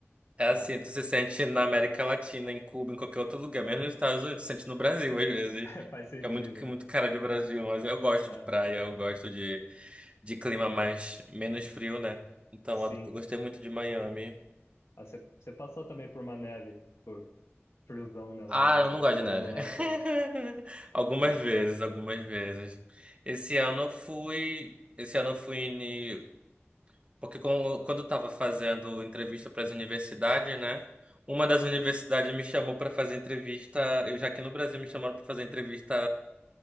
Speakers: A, on the right; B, on the left.
A: É
B: É,
A: assim, tu se sente na América Latina, em Cuba, em qualquer outro lugar, mesmo nos Estados Unidos, tu se sente no Brasil às vezes.
B: <laughs> faz sentido,
A: Que é muito, que
B: né?
A: é muito cara de Brasil, mas eu gosto
B: É,
A: de praia, eu gosto de, de clima mais, menos frio, né? Então
B: sim.
A: eu gostei muito de Miami.
B: Ah, Você você passou também por uma neve, por friozão, né? Lá
A: Ah,
B: onde
A: eu
B: você
A: não gosto
B: morou
A: de neve.
B: no norte
A: <laughs>
B: lá.
A: Algumas
B: É,
A: vezes, algumas vezes. Esse ano eu fui, esse ano eu fui em, porque com- quando eu tava fazendo entrevista para as universidades, né? Uma das
B: sim.
A: universidades me chamou para fazer entrevista, eu já aqui no Brasil me chamaram para fazer entrevista